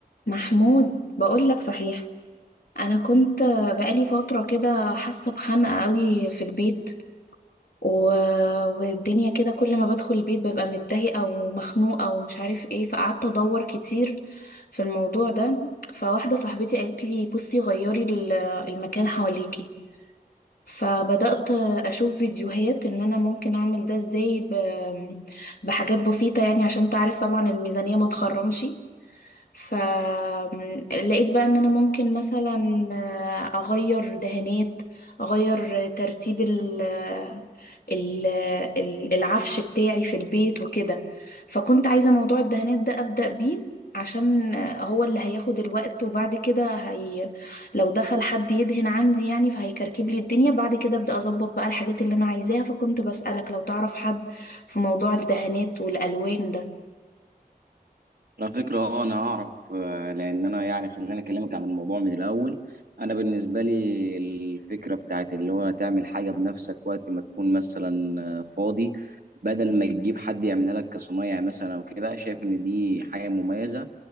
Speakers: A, on the left (about 65°); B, on the right (about 70°).
A: محمود بقول لك صحيح انا كنت بقالي فتره كده حاسه بخنقه قوي في البيت و... والدنيا كده كل ما بدخل البيت ببقى متضايقه ومخنوقه ومش عارف ايه فقعدت ادور كتير في الموضوع ده فواحده صاحبتي قالت لي بصي غيري ال- المكان حواليكي فبدأت أشوف فيديوهات إن أنا ممكن أعمل ده إزاي ب... بحاجات بسيطة يعني عشان تعرف طبعا الميزانية ما تخرمش فلقيت بقى ان انا ممكن مثلا آه، اغير دهانات اغير ترتيب ال ال ال- العفش بتاعي في البيت وكده فكنت عايزة موضوع الدهانات ده ابدأ بيه عشان آه، هو اللي هياخد الوقت وبعد كده هي لو دخل حد يدهن عندي يعني فهيكركب لي الدنيا بعد كده ابدأ اظبط بقى الحاجات اللي انا عايزاها فكنت بسألك لو تعرف حد في موضوع الدهانات والالوان ده
B: على فكرة اه أنا أعرف آه، لأن أنا يعني خليني أكلمك عن الموضوع من الأول أنا بالنسبة لي الفكرة بتاعت اللي هو تعمل حاجة بنفسك وقت ما تكون مثلا آه، فاضي بدل ما تجيب حد يعملها لك كصنايع مثلا أو كده شايف إن دي حاجة مميزة